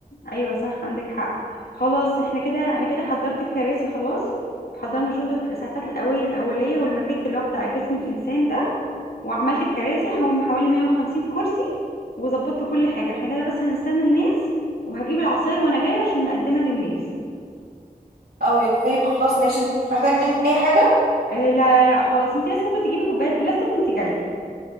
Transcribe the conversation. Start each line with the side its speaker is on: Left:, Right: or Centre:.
Left: ايوه صح عندك حق خلاص احنا كده انا كده حضرت الكراسي خلاس وحضرنا شنطه الاسعافات الاوليه الاوليه والماكيت اللي هو بتاع جسم الانسان ده. وعملت الكراسي حو- حوالي 150 كرسي وظبطت كل حاجة احنا كده بس هنستنى الناس وهجيب العصاير وانا جاية عشان نقدمها للناس
Right: او طيب خلاص ماشي انت مش محتاجة مني اي حاجة
Left: آه لا لا لا خلاص انت لسه ممكن تجيبي كوبايات بلاستيك وانت جاية